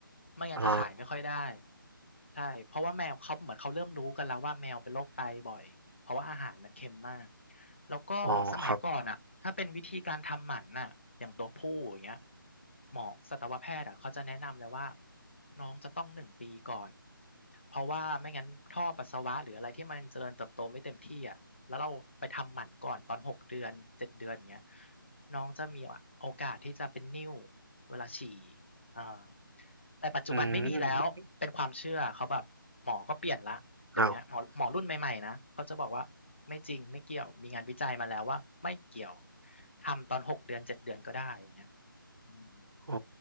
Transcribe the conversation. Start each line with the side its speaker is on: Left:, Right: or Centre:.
Left: ไม่งั้นจะขายไม่ค่อยได้
Right: อ๋อ
Left: ใช่เพราะว่าแมวเขาเหมือนเขาเริ่มรู้กันแล้วว่าแมวเป็นโรคไตบ่อย เพราะว่าอาหารมันเค็มมาก แล้วก็สมัยก่อนอ่ะถ้าเป็นวิธีการทำหมันน่ะอย่างตัวผู้อย่างเงี้ย
Right: อ๋อครับ
Left: หมอสัตวแพทย์อ่ะเขาจะแนะนำเลยว่าน้องจะต้องหนึ่งปีก่อน เพราะว่าไม่งั้นท่อปัสสาวะหรืออะไรที่มันเจริญเติบโตไม่เต็มที่อ่ะแล้วเราไปทำหมันก่อนตอนหกเดือนเจ็ดเดือนอย่างเงี้ยน้องจะมีโอกาสที่จะเป็นนิ่วเวลาฉี่อ่าแต่ปัจจุบันไม่มีแล้ว
Right: อืม
Left: เป็นความเชื่อเขาแบบหมอก็เปลี่ยนละ เดี๋ยวเนี้ยหมอหมอรุ่นใหม่ๆนะเขาจะบอกว่าไม่จริงไม่เกี่ยวมีงานวิจัยมาแล้วว่าไม่เกี่ยว
Right: อ้าว
Left: ทำตอนหกเดือนเจ็ดเดือนก็ได้อย่างเงี้ยอืม
Right: อ๋อ